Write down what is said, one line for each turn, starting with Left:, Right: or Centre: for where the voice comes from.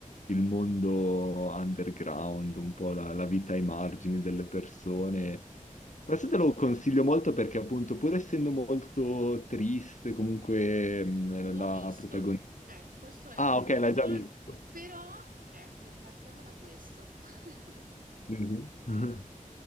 Left: il mondo underground, un po' la la vita ai margini delle persone. Questo te lo consiglio molto perché appunto pur essendo molto triste comunque mh,
Right: L'ho
Left: la
Right: visto.
Left: protagonista...
Right: Ecco, questo è
Left: Ah,
Right: uno,
Left: ok, l'hai
Right: uno-
Left: già visto.
Right: Però, ecco, partiamo da questo. <laughs>
Left: Sì, sì. <laughs>